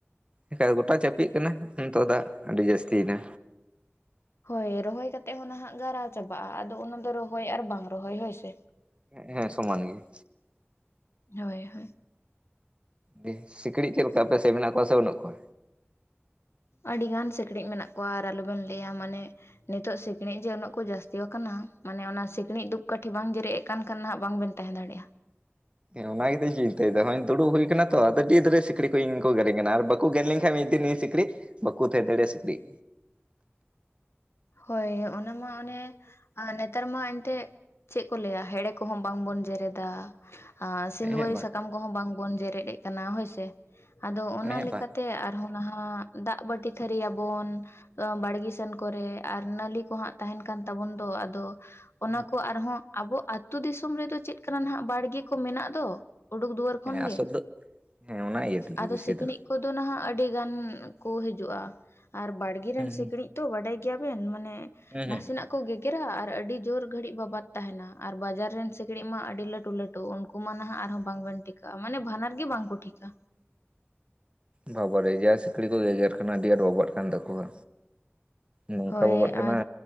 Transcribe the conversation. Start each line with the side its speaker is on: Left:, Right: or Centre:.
Right: ᱮᱠᱷᱚᱱ ᱜᱚᱴᱟ ᱪᱟᱯᱮᱜ ᱠᱟᱱᱟ ᱱᱤᱛᱚᱜ ᱫᱟᱜ ᱟᱹᱰᱤ ᱡᱟᱹᱥᱛᱤ ᱮᱱᱟ
Left: ᱦᱳᱭ ᱨᱚᱦᱚᱭ ᱠᱟᱛᱮᱜ ᱦᱚᱸ ᱱᱟᱦᱟᱜ ᱜᱟᱨᱟᱣ ᱪᱟᱵᱟᱜ-ᱟ ᱟᱫᱚ ᱚᱱᱟ ᱦᱚᱭ ᱟᱨ ᱵᱟᱝ ᱨᱚᱦᱚᱭ ᱦᱚᱭᱥᱮ
Right: ᱦᱮᱸ ᱥᱚᱢᱟᱱ
Left: ᱦᱚᱭ ᱦᱚᱭ
Right: ᱵᱮᱥ ᱥᱤᱠᱬᱤᱡ ᱪᱮᱫ ᱞᱮᱠᱟ ᱟᱯᱮ ᱥᱮᱡ ᱢᱮᱱᱟᱜ ᱠᱚᱣᱟ ᱥᱮ ᱵᱟᱹᱱᱩᱜ ᱠᱚᱣᱟ
Left: ᱟᱹᱰᱤᱜᱟᱱ ᱥᱤᱠᱬᱤᱡ ᱢᱮᱱᱟᱜ ᱠᱚᱣᱟ ᱟᱨ ᱟᱞᱚᱵᱮᱱ ᱞᱟᱹᱭᱟ ᱢᱟᱱᱮ ᱱᱤᱛᱚᱜ ᱥᱤᱠᱬᱤᱡ ᱡᱮ ᱩᱱᱟᱹᱜ ᱠᱚ ᱡᱟᱹᱥᱛᱤ ᱟᱠᱟᱱᱟ ᱢᱟᱱᱮ ᱚᱱᱟ ᱥᱤᱠᱬᱤᱡ ᱫᱩᱯ ᱠᱟᱹᱴᱷᱤ ᱵᱟᱝ ᱡᱮᱨᱮᱫ ᱟᱠ ᱠᱟᱱ ᱠᱷᱟᱱ ᱵᱟᱝ ᱵᱮᱱ ᱛᱟᱦᱮᱸ ᱫᱟᱲᱮᱭᱟᱜᱼᱟ
Right: ᱦᱮᱸ ᱚᱱᱟ ᱜᱮᱧ ᱪᱤᱱᱛᱟᱹᱭ ᱫᱟ ᱦᱚᱸᱜᱼᱚᱭ ᱫᱩᱲᱩᱵ ᱦᱩᱭ ᱠᱟᱱᱟ ᱛᱚ ᱟᱫᱚ ᱨᱮ ᱥᱤᱠᱲᱤᱡ ᱠᱚ ᱤᱧ ᱠᱚ ᱜᱮᱨᱤᱧ ᱠᱟᱱᱟ ᱟᱨ ᱵᱟ ᱠᱩ ᱜᱮᱨ ᱞᱤᱧ ᱠᱷᱟᱱ ᱢᱤᱫ ᱫᱤᱱ ᱤᱧ ᱥᱤᱠᱨᱤᱡ ᱵᱟᱠᱩ ᱛᱟᱸᱦᱮ ᱫᱟᱲᱮᱭᱟᱜᱼᱟ ᱥᱤᱠᱨᱤᱡ
Left: ᱦᱳᱭ ᱚᱱᱟ ᱢᱟ ᱚᱱᱮ ᱱᱮᱛᱟᱨ ᱢᱟ ᱮᱱᱛᱮᱜ ᱪᱮᱫ ᱠᱚ ᱞᱟᱹᱭᱟ ᱦᱮᱲᱮ ᱠᱚᱦᱚᱸ ᱵᱟᱝ ᱵᱚᱱ ᱡᱮᱨᱮᱫᱟ ᱟᱨ ᱥᱤᱸᱫᱩᱣᱟᱹᱨᱤ
Right: ᱦᱮᱸ ᱵᱟᱝ
Left: ᱥᱟᱠᱟᱢ ᱠᱚᱦᱚᱸ ᱵᱟᱝ ᱵᱚᱱ ᱡᱮᱨᱮᱫ ᱮ ᱠᱟᱱᱟ ᱦᱳᱭ ᱥᱮ ᱟᱫᱚ ᱚᱱᱟ
Right: ᱦᱮᱸ
Left: ᱞᱮᱠᱟᱛᱮ
Right: ᱵᱟᱝ
Left: ᱛᱮ ᱟᱨᱦᱚᱸ ᱱᱟᱦᱟᱜ ᱫᱟᱜ ᱵᱟᱹᱴᱤ ᱛᱷᱟᱹᱨᱤ ᱟᱵᱚᱱ ᱵᱟᱲᱜᱮ ᱥᱮᱱ ᱠᱚᱨᱮ ᱟᱨ ᱱᱟᱞᱤ ᱠᱚ ᱦᱟᱸᱜ ᱛᱟᱸᱦᱮᱱ ᱠᱟᱱ ᱛᱟᱵᱚᱱ ᱫᱚ ᱟᱫᱚ
Right: ᱦᱮᱸ
Left: ᱚᱱᱟ ᱠᱚ ᱟᱨᱦᱚᱸ ᱟᱵᱚ ᱟᱹᱛᱩ ᱫᱤᱥᱚᱢ ᱨᱮᱫᱚ ᱪᱮᱫ ᱠᱟᱱᱟ ᱱᱟᱟᱜ ᱵᱟᱲᱜᱮ ᱠᱚ ᱢᱮᱱᱟᱜ ᱫᱚ ᱩᱰᱳᱜ ᱫᱩᱣᱟᱹᱨ
Right: ᱦᱮᱸ
Left: ᱠᱷᱚᱱ
Right: ᱟᱥᱚᱞ
Left: ᱜᱮ
Right: ᱫᱚ ᱦᱮᱸ ᱚᱱᱟ ᱤᱭᱟᱹ ᱛᱮᱜᱮ
Left: ᱟᱫᱚ
Right: ᱵᱮᱥᱤ
Left: ᱥᱤᱠᱲᱤᱡ
Right: ᱫᱚ
Left: ᱠᱚᱫᱚ ᱱᱟᱦᱟᱜ ᱟᱹᱰᱤ ᱜᱟᱱ ᱠᱚ ᱦᱤᱡᱩᱜ-ᱟ ᱟᱨ ᱵᱟᱲᱜᱮ
Right: ᱦᱩᱸ
Left: ᱨᱮᱱ
Right: ᱦᱩᱸ
Left: ᱥᱤᱠᱲᱤᱡ ᱛᱚ ᱵᱟᱰᱟᱭ ᱜᱮ ᱜᱮᱭᱟ ᱵᱮᱱ ᱢᱟᱱᱮ
Right: ᱦᱩᱸ
Left: ᱱᱟᱥᱮᱱᱟᱜ
Right: ᱦᱩᱸ
Left: ᱠᱚ ᱜᱮᱜᱮᱨᱟ ᱟᱨ ᱟᱹᱰᱤ ᱡᱳᱨ ᱜᱷᱟᱹᱲᱤᱡ ᱵᱟᱵᱟᱫ ᱛᱟᱸᱦᱮᱱᱟ ᱟᱨ ᱵᱟᱡᱟᱨ ᱨᱮᱱ ᱥᱤᱠᱬᱤᱡ ᱢᱟ ᱟᱹᱰᱤ ᱞᱟᱹᱴᱩ ᱞᱟᱹᱴᱩ ᱩᱱᱠᱩ ᱠᱚ ᱢᱟᱱᱟ ᱦᱟᱜ ᱟᱨᱦᱚᱸ ᱵᱟᱝ ᱵᱮᱱ ᱴᱷᱤᱠᱟᱹᱜᱼᱟ ᱢᱟᱱᱮ ᱵᱟᱱᱟᱨ ᱜᱮ ᱵᱟᱝᱠᱚ ᱴᱷᱤᱠᱟ
Right: ᱵᱟᱵᱟᱨᱮ ᱡᱟ ᱥᱤᱠᱲᱤᱡ ᱠᱚ ᱜᱮᱜᱮᱨ ᱠᱟᱱᱟ ᱟᱹᱰᱤ ᱟᱸᱴ ᱵᱟᱵᱟᱫ ᱠᱟᱱᱟ ᱛᱟᱠᱚᱣᱟ ᱱᱚᱝᱠᱟ
Left: ᱦᱳᱭ
Right: ᱵᱟᱵᱟᱫ ᱠᱟᱱᱟ
Left: ᱟᱨ